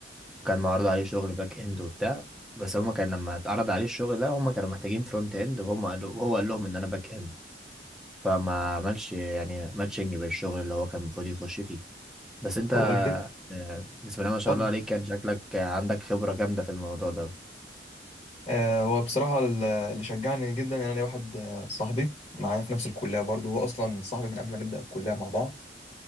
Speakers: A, in the centre; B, on the left (about 35°).
A: وكان معروض عليه شغل باك اند وبتاع بس هما كان لما اتعرض عليه الشغل ده هما كانوا محتاجين فرونت اند وهم قالوا وهو قال لهم ان انا باك اند فما عملش يعني ماتشنج بالشغل اللي هو كان المفروض يخش فيه بس انت
B: هو الفكرة
A: آه، بسم الله ما شاء
B: اتفضل.
A: الله عليك كان شكلك عندك خبرة جامدة في الموضوع ده
B: آه، هو بصراحة ال- اللي شجعني جدا إن أنا ليا واحد آه، صاحبي معايا في نفس الكلية برضه هو أصلا صاحبي من قبل ما نبدأ الكلية مع بعض